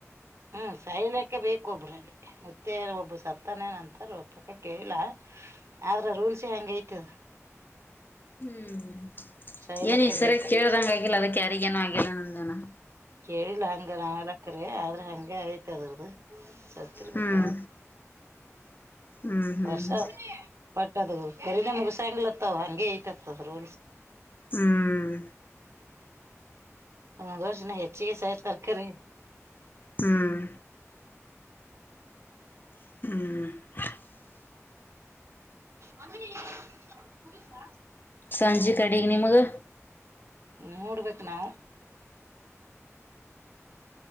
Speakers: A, on the right; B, on the left.
A: ಹ್ಮ್ ಸಾಯಲ ಪಕ್ಕ ಬೇಕ ಒಬರಲ್ಲಿ ಮುತ್ತೆ ಒಬ್ ಸತ್ತನೇನಂತಾರ ಪಕ್ಕ ಕೇಲ್ಲ ಆದ್ರ ಸ ಹೆಂಗ ಯತದ
B: <inaudible> ಹ್ಮ್
A: ಸಾಯ್ಲಕ್ಕ
B: ಏನ ಈ ಸರಿ
A: ಬೇಕ
B: ಕೇಳ್ದಂಗ ಆಗಿಲ್ಲ ಅದಕ್ಕೆ ಯಾರಿಗೇನು ಆಗಿಲ್ಲ ನೇನ
A: ಕೇಳಿಲ್ಲ ಹಂಗ ನಲಕ್ಕ್ರ ಆದ್ರೆ ಹಗೆ ಆಐತ ಅದ್ರದ್ದ ಸತ್ರಿ ಮಕ್ಕ
B: ಹ್ಮ್ ಹ್ಮ್ ಹ್ಮ್
A: ವರ್ಷ ಪಟ್ಟದು ಬರಿ ನ ಮಗ ಸಾಂಗ್ಲತ್ತ ಅವ ಹಂಗಗೆ ಐತತ್ ರೋಲ್ಸ್
B: ಹ್ಮ್
A: ಹಂಗರ್ನ ಹೆಚ್ಚಿಗೆ ಸಹ ತರ್ಕರಿ
B: ಹ್ಮ್ ಹ್ಮ್ ಹ್ಮ್
A: ಅ ಹಗಾ
B: ಸಂಜೆ ಕಡಿಗೆ ನಿಮಗೆ
A: ಮೂರು ಬತ್ ನವು